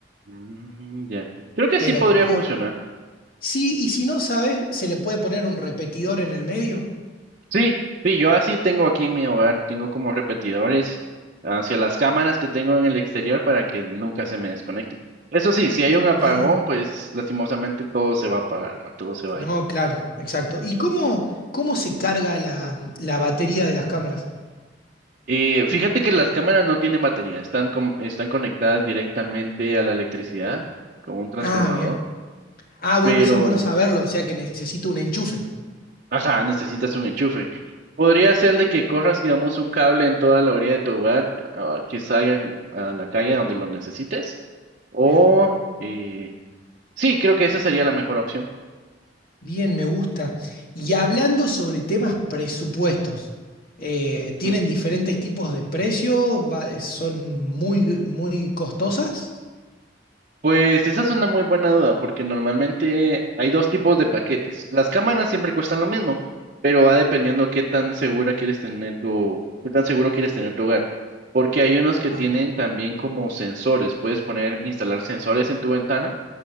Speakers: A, on the right; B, on the left.
A: Mm, ya. Creo que
B: Pero
A: sí podría
B: pu-
A: funcionar.
B: sí, y si no sabes, se le puede poner un repetidor en el medio.
A: Sí, sí, yo así tengo aquí en mi hogar, tengo como repetidores hacia las cámaras que tengo en el exterior para que nunca se me desconecten. Eso sí, si hay un apagón,
B: Bien.
A: pues lastimosamente todo se va a apagar, ¿no? Todo se va
B: No,
A: a ir.
B: claro, exacto. ¿Y cómo, cómo se carga la la batería de las cámaras?
A: Eh, fíjate que las cámaras no tienen batería, están, con- están conectadas directamente a la electricidad con un transformador,
B: Ah, bien. Ah, bueno,
A: pero
B: eso es bueno saberlo, o sea que necesito un enchufe.
A: Ajá, necesitas un enchufe. Podría ser de que corras, digamos, un cable en toda la orilla de tu hogar, ah, que salga a la calle donde lo necesites. O,
B: Bien,
A: eh, sí, creo que esa sería la mejor opción.
B: bien, me gusta. Y hablando sobre temas presupuestos, eh,
A: Ujú.
B: ¿tienen diferentes tipos de precio? Va- eh, ¿Son muy, muy costosas?
A: Pues esa es una muy buena duda, porque normalmente hay dos tipos de paquetes. Las cámaras siempre cuestan lo mismo, pero va dependiendo qué tan segura quieres tener tu, qué tan seguro quieres tener tu hogar. Porque hay unos que
B: Ah,
A: tienen también como sensores. Puedes poner, instalar sensores en tu ventana